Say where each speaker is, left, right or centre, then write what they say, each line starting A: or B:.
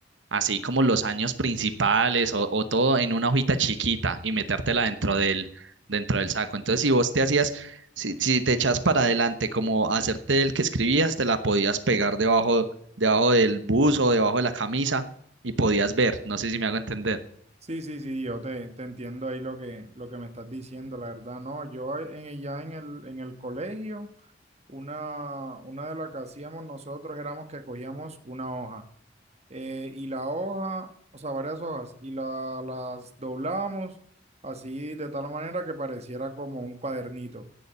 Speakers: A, on the right; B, on the right.
A: así como los años principales o, o todo en una hojita chiquita y metértela dentro del, dentro del saco. Entonces, si vos te hacías, si, si te echas para adelante, como hacerte el que escribías, te la podías pegar debajo, debajo del buzo, debajo de la camisa y podías ver. No sé si me hago entender.
B: Sí, sí, sí, yo te, te entiendo ahí lo que, lo que me estás diciendo, la verdad, no, yo en, el- ya en el, en el colegio, una, una de las que hacíamos nosotros éramos que cogíamos una hoja. eh, y la hoja, o sea, varias hojas, y la, las doblábamos así de tal manera que pareciera como un cuadernito